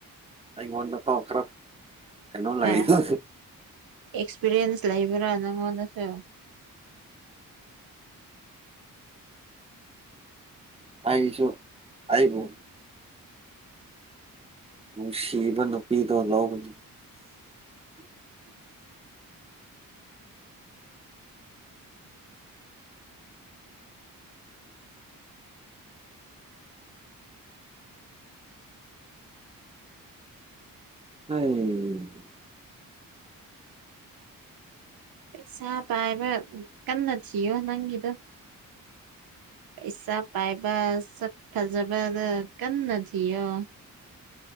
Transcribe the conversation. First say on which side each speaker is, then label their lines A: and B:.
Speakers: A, on the right; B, on the right.
A: ꯑꯩꯉꯣꯟꯗ ꯐꯥꯎ ꯈꯔ ꯀꯩꯅꯣ ꯂꯩꯗꯣ
B: ꯑꯦ ꯑꯦꯛꯁꯄꯤꯔꯤꯌꯦꯟꯁ ꯂꯩꯕ꯭ꯔꯥ ꯅꯪꯉꯣꯟꯅꯁꯨ
A: ꯍꯥꯏꯁꯨ ꯑꯕꯣ ꯅꯨꯡꯁꯤꯕ ꯅꯨꯄꯤꯗꯣ ꯂꯧꯕꯅꯤ ꯎ
B: ꯄꯩꯁꯥ ꯄꯥꯏꯕ ꯀꯟꯅ ꯊꯣ ꯅꯪꯒꯤꯤꯗꯣ ꯄꯩꯁꯥ ꯄꯥꯏꯕ ꯁꯥꯖꯕꯔ ꯀꯝ ꯅ ꯊꯣ